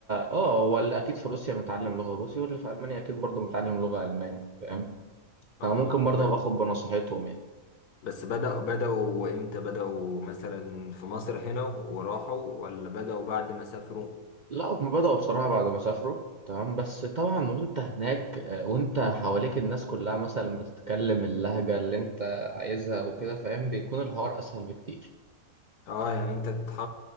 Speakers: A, on the right; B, on the left.
A: آه هو اللي أكيد في روسيا متعلم لغة روسي واللي في ألمانيا أكيد برضه متعلم لغة ألماني فاهم
B: اه
A: أنا ممكن برضه
B: ب...
A: أبقى آخد بنصيحتهم يعني
B: بس بدأوا بدأوا امتى بدأوا مثلا في مصر هنا وراحوا ولا بدأوا بعد ما سافروا؟
A: لا هم بدأوا بصراحة بعد ما سافروا تمام بس طبعا وأنت هناك آه، وأنت حواليك الناس كلها مثلا بتتكلم اللهجة اللي أنت عايزها وكده فاهم بيكون الحوار أسهل بكتير
B: اه يعني انت تتح...